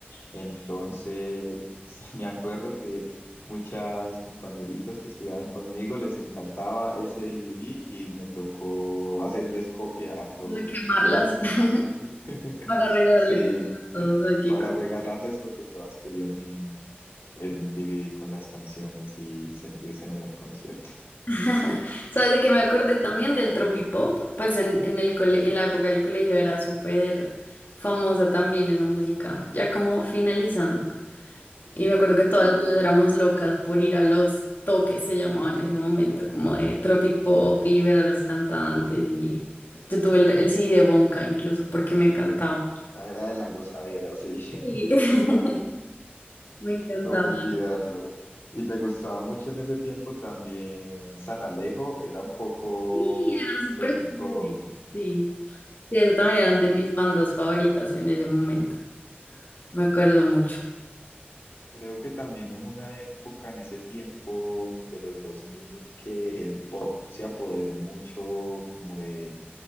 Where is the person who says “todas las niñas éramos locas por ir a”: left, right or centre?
Left